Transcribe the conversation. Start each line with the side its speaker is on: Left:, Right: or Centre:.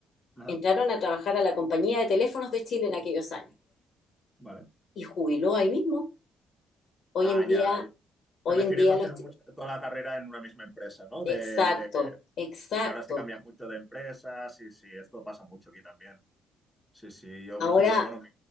Centre: Ajá.
Left: entraron a trabajar a la compañía de teléfonos de Chile en aquellos años
Centre: Vale.
Left: y jubiló ahí mismo. Hoy
Centre: Ah,
Left: en día,
Centre: ya.
Left: hoy
Centre: Te refieres
Left: en día
Centre: a hacer
Left: los... chicos-
Centre: mucha- toda la carrera en una misma empresa, ¿no?
Left: Exacto,
Centre: De, de
Left: exacto.
Centre: que ahora se cambia mucho de empresa. Sí, sí, esto pasa mucho aquí también. Sí, sí. Yo,
Left: Ahora,
Centre: por ejemplo, bueno, mi,